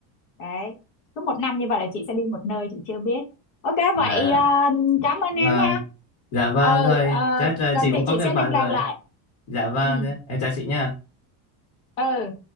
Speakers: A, on the left; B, on the left.
A: Đấy, cứ một năm như vậy là chị sẽ đi một nơi chị chưa biết. Ok,
B: à,
A: vậy à, cảm ơn
B: và
A: em ha.
B: dạ vâng
A: Ừ,
B: thôi
A: à,
B: chắc là
A: cần
B: chị cũng
A: thì
B: có
A: chị
B: việc
A: sẽ
B: bận
A: liên lạc
B: rồi
A: lại.
B: Dạ vâng,
A: Ừ,
B: em chào chị nha.
A: ừ.